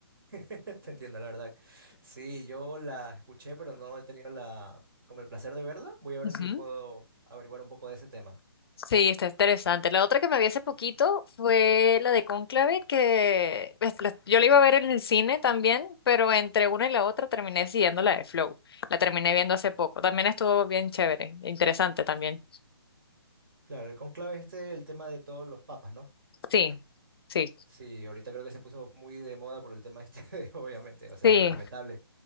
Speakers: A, on the right; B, on the left.
A: <laughs> Te entiendo, la verdad. Sí, yo la escuché, pero no he tenido la como el placer de verla.
B: <laughs>
A: Voy a ver
B: Ujú.
A: si puedo averiguar un poco de ese tema.
B: Sí, está interesante. La otra que me vi hace poquito fue la de Cónclave, que es- la- yo la iba a ver en el cine también, pero entre una y la otra terminé siguiendo la de Flow. La terminé viendo hace poco. También estuvo bien chévere, interesante también.
A: Claro, el conclave es este, el tema de todos los papas, ¿no?
B: Sí, sí,
A: Sí, ahorita creo que se puso muy de moda por el tema este, <laughs> de- obviamente, o sea,
B: sí,
A: lamentable,